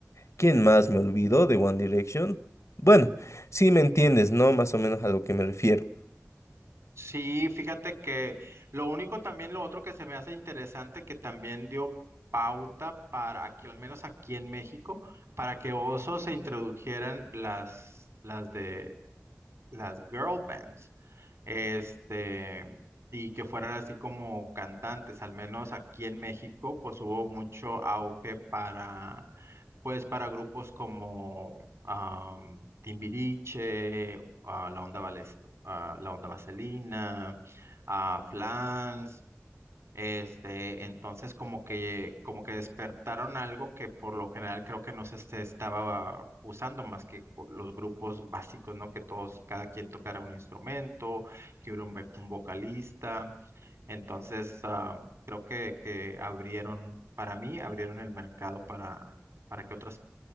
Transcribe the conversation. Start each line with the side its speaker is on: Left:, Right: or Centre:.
Left: ¿quién más me olvidó de One Direction? Bueno, sí me entiendes, ¿no? Más o menos a lo que me refiero.
Right: Sí, fíjate que lo único también, lo otro que se me hace interesante, que también dio pauta para aquí, al menos aquí en México, para que osos se introdujeran las, las de las girl bands este, y que fueran así como cantantes, al menos aquí en México, pues hubo mucho auge para, pues para grupos como am, Timbiriche, ah, La Onda Vales- ah, La Onda Vaselina, ah, Flans, este, entonces como que, como que despertaron algo que por lo general creo que no se este- estaba usando más que co- los grupos básicos, ¿no? Que todos, cada quien tocara un instrumento, que hubiera un, ve- un vocalista. Entonces, ah, creo que, que abrieron, para mí, abrieron el mercado para, para que otras